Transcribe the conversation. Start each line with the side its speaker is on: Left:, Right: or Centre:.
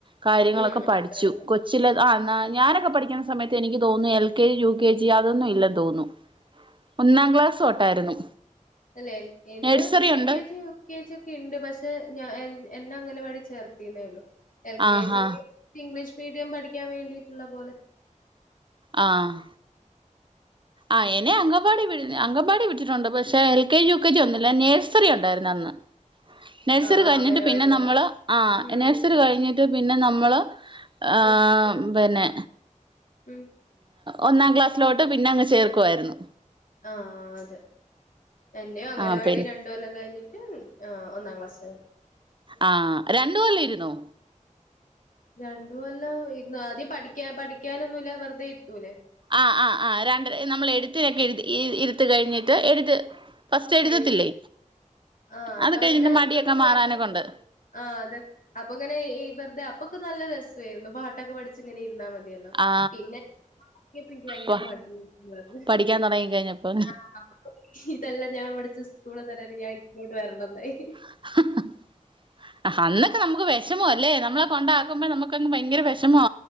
Right: കാര്യങ്ങളൊക്കെ
Left: ഉം
Right: പഠിച്ചു
Left: അതെ
Right: കൊ ചില ആ ഞാനൊക്കെ പഠിക്കുന്ന സമയത്ത് എനിക്ക് തോന്നുന്നു L K G U K G അതൊന്നും ഇല്ലെന്ന് തോന്നുന്നു ഒന്നാം ക്ലാസ്
Left: ആഹ്
Right: തൊട്ടായിരുന്നു
Left: അല്ലെ എന്റെ
Right: നഴ്സറി
Left: ന്തൊക്കെ എൽ
Right: ഉണ്ട്
Left: K G U K G ഒക്കെ ഇണ്ട് പക്ഷെ ഞാൻ എന്നെ അംഗനവാടി ചേർത്തിന്നേള്ളു എൽ കെ
Right: ആഹാ
Left: ജി ഇംഗ്ലീഷ് മീഡീയം പഠിക്കാൻ വേണ്ടിയിട്ട്ള്ള പോലെ
Right: ആഹ് ആഹ് എന്നെ അങ്കവാടി വി അങ്കവാടി വീട്ടിട്ടുണ്ട് പക്ഷെ L K G U K G ഒന്നുല്ല നേഴ്സറി ഉണ്ടായിരുന്നു അന്ന് നഴ്സറി
Left: ആഹ് ആഹ്
Right: കഴിഞ്ഞിട്ട്
Left: അംഗനവാടിയാ
Right: പിന്നെ നമ്മള് ആഹ്
Left: ഉം
Right: നഴ്സറി കഴിഞ്ഞിട്ട് പിന്നെ നമ്മള് ഏഹ്
Left: ഉം
Right: പിന്നെ
Left: ഉം
Right: ഒന്നാം ക്ലാസ്സിലോട്ട് പിന്നെ അങ്ങ് ചേർക്കുയിരുന്നു
Left: ആഹ് അതെ എന്റെ അംഗലവാടി
Right: ആ പിന്നെ
Left: ര ണ്ട് കൊല്ലാം കഴിഞ്ഞിട്ട് ആ ഒന്നാം ക്ലാസ് ർ
Right: ആ രണ്ടു കൊല്ലം ഇുന്നോ
Left: രണ്ട് കൊല്ലം ഇര്ന്ന് ആദ്യം പഠിക്കാ പഠിക്കാനൊന്നുല്ലാ വെറുതെ ഇരുത്തൂല്ലേ
Right: ആഹ് ആഹ് ആഹ് രണ്ടര നമ്മൾ എഴുത്തരൊക്കെ ഇ ഇരുത്ത കഴിഞ്ഞിട്ട് എഴുത്ത് ഫസ്റ്റ് എഴുതത്തില്ലേ
Left: എഴു ആഹ് അതങ്ങനെ
Right: അത് കഴിഞ്ഞിട്ട് മടിയൊക്കെ
Left: നമുക്ക്
Right: മാറാനകൊണ്ട്
Left: വേറെ ആഹ് അതെ അപ്പ ങ്ങനെ വെറ്തെ അപ്പൊക്കെ നല്ല രസേര്ന്നു പാട്ടൊക്കെ പഠിച്ച് ഇങ്ങനെ ഇരുന്നാ മതി തിയല്ലോ
Right: ആ
Left: പിന്നെ ചേർ തയപ്പം ഇന്ക്ക് ഭയര
Right: പ
Left: മടിയേയ്ര്ന്നു പറ്ഞ്ഞ്
Right: പഠിക്കാൻ തുടങ്ങി കഴിഞ്ഞപ്പോ
Left: ആഹ് ഇതല്ല ഞാൻ പഠിച്ച സ്കൂള് ന്ന് റ്ഞ്ഞാണ്ട് ഞാൻ ന്ക്ക് ഇങ്ങോട്ട് വരണ്ണംന്നായി
Right: <inaudible> അന്നൊക്കെ നമ്മക്ക് വിഷമോ അല്ലേ നമ്മളെ കൊണ്ടാക്കുമ്പോ നമുക്കങ്ങ് ഭയങ്കര വിഷമോ